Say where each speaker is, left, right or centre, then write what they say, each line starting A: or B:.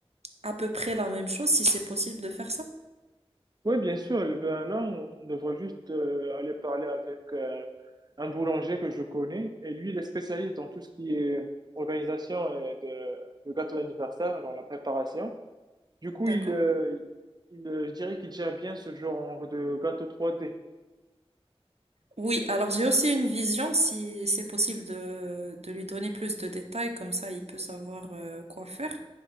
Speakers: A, on the right; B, on the right.
A: à peu près la même chose si c'est possible de faire ça?
B: Oui, bien sûr. Eh Ben là, on on devrait juste euh, aller parler avec euh, un boulanger que je connais. Et lui, il est spécialiste dans tout ce qui est organisation euh, de, de gâteau d'anniversaire, dans la préparation. Du coup,
A: D'accord.
B: il, euh, il, euh, je dirais qu'il gère bien ce genre de gâteau 3D.
A: Oui, alors j'ai aussi une vision si c'est possible de, de lui donner plus de détails, comme ça il peut savoir euh, quoi faire.